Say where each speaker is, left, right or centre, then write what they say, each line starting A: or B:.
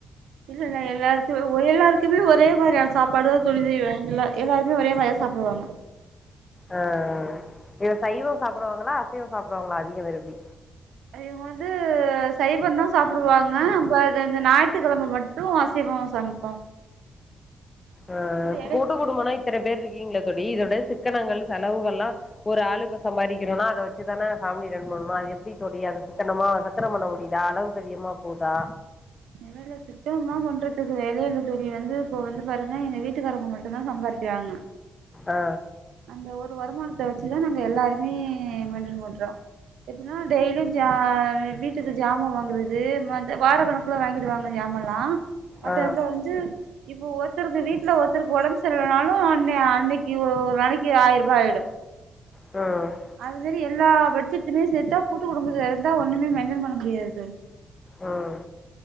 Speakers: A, on the right; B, on the left.
A: இல்லல்ல எல்லாருக்கு ஒரே எல்லாருக்குமே ஒரே மாரியான சாப் பாடு தா தோழி இல்ல எல்லாருக்குமே ஒரே மாரி சாப்டுவாங்க
B: அ இது சைவம் சாப்டுவாங்களா அசைவ சாப்டுவாங்களா அதிக விரும்பி
A: இவுங்க வந்து சைவந்தா சாப்டுவாங்க ப அது இந்த ஞாயித்துக்கிழம மட்டு அசைவோ சமைப்போ
B: அ
A: இது எடை
B: கூட்டு குடும்பனா இத்தன பேர் இருக்கீங்லே தோழி இதோட சிக்கனங்கள் செலவுகள்லா ஒரு ஆளு ப்ப சம்பதிக்கிறோனா அத வச்சு ஃபேமிலி ரன் பண்ணணும் அது எப்டி தோழி அத சித்தனமா ரத்தனம் பண்ண முடிதா அளவுக் தெரியம்மா போதா
A: நெலல சிக்கனம்லா பண்றதுக் வேலையில்ல தூழி வந்து இப்போ வந்து பாருங்க எங்க வீட்டுக்காரங்க மட்டுதா சம்பாதிக்கறாங்க
B: ஆ
A: அந்த ஒரு வருமானத்த வச்சுதா நாங்க எல்லாருமே மண்டல் ஓட்றோம் எப்பனா டெய்லியும் ஜா வீட்டுக்கு ஜாமா வாங்குற து மந்த் வாரகணும் கில வாங்கிடுவாங்க ஜாமால்லாம் மத்த
B: ஆ
A: இத இப்போ ஒருத்தருக்கு வீ ட்ல ஒருத்தருக்கு ஒடம் சர்ல்லனாலும் அன்னை அன்னைக்கி ஒரு நாளைக்கி ஆயிர் ரூபா ஆயிடும்
B: ம்
A: அது மாரி எல்லா பட்சத்துமே சேர்த்தா கூட்டு குடும்பத்துல இருந்தா ஒண்ணுமே மெய்டென் பண்ண முடியாது தோழி
B: உம்